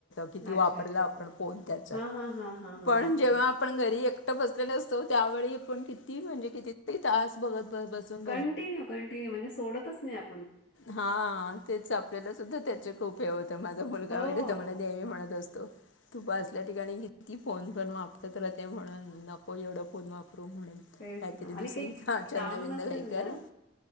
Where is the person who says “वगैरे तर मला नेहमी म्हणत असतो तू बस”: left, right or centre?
Left